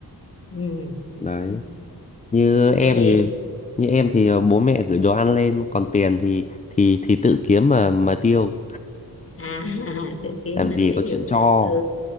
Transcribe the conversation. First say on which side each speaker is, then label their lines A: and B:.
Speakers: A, on the left (about 35°); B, on the left (about 20°).
A: ừ.
B: Đấy,
A: Ừ.
B: như em
A: phải vậy
B: thì như em thì ờ, bố mẹ gửi đồ ăn lên, còn tiền thì thì thì tự kiếm mà mà tiêu,
A: à <laughs> tôi kiếm
B: làm
A: mà
B: gì
A: tiêu
B: có chuyện cho.
A: ừ